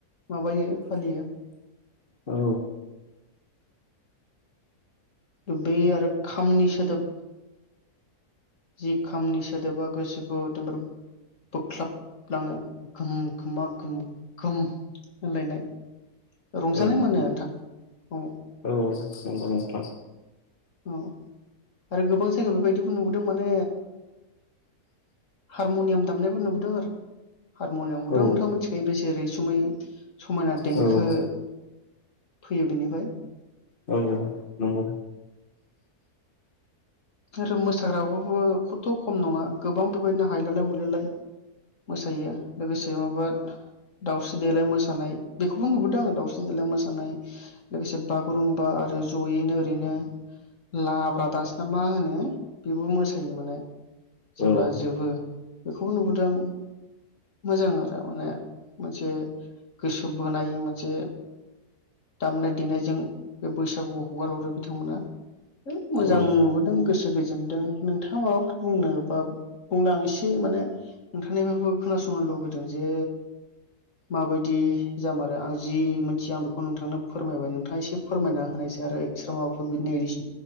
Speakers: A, on the left; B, on the left.
A: माबायो फालियो।
B: औ
A: बै आरो खामनि सोदोब जि खामनि सोदोबा गोसोखौ एदमबारे बोख्लाबलाङो गोम खोमा गोम गोम होलायनाय । रंजानाय
B: औ
A: मोनो नोंथां। औ
B: औ नंगौ नोथां।
A: औ आरो गोबां जायगायाव बेबायदिबो नुबोदों माने हारमनियाम दामनायबो नुबोदों आरो । हारम'नियामखौथ'
B: औ
A: नोंथां मिथिखायो बे जेरै रैसुमै समायना देंखो
B: औ औ
A: फैयो बेनिफ्राय
B: औ नंगौ।
A: आरो मोसाग्राखौबो खथ' खम नङा गोबां बेबायदिनो हायलालाय हुलालाय मोसायो। लोगोसे माबा दाउस्रि- देलाय मोसानाय बेखौबो नुबोदों आङो दाउस्रि -देलाय मोसानाय लोगोसे बागुरुम्बा आरो जयैनो ओरैनो लाब्रा दानस ना मा होनो। बेबो मोसायो माने जेब्ला
B: औ
A: जोबो बेखौबो नुबोदों मोजां आरो माने। मोनसे गोसो बोनाय मोनसे दामनाय- देनायजों बे बैसागुआव हगार हरो बिथांमोना। <unintelligible> मोजां
B: औ
A: नुबोदों गोसो गोजोनदों। नोंथाङा माबाफोर बुंनो बा बुंनो आं एसे माने नोंथांनिफ्रायबो खोनासंनो लुबैदों जे माबायदि जामारो आं जि मोनथिया आं बेखौ नोंथांनो फोरमायबाय नोंथाङा एसे फोरमायना होनायसै आरो एक्सट्रा माबाफोर बिदि